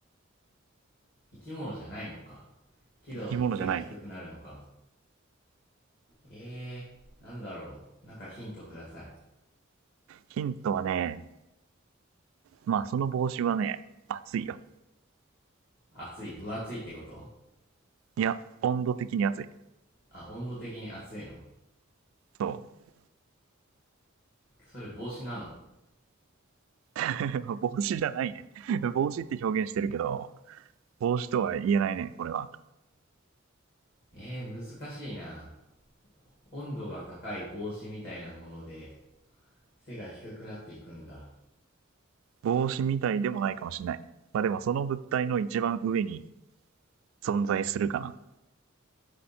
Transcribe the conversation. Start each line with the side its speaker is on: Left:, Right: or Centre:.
Left: 生き物じゃないのか。けど、
Right: 生き物じゃないね。
Left: 背が低くなるのか。えー、なんだろう。なんかヒントください。
Right: ヒントはね、まあその帽子はね、暑いよ。
Left: 暑い、分厚いってこと
Right: いや、温度的に暑い。
Left: あ、温度的に暑いの。
Right: そう。
Left: それ帽子なの
Right: <laughs> 帽子じゃないね。<laughs> 帽子って表現してるけど、帽子とは言えないね、これは。
Left: えー、難しいな。温度が高い帽子みたいなもので、背が低くなっていくんだ。
Right: 帽子みたいでもないかもしれない。まあでもその物体の一番上に存在するかな。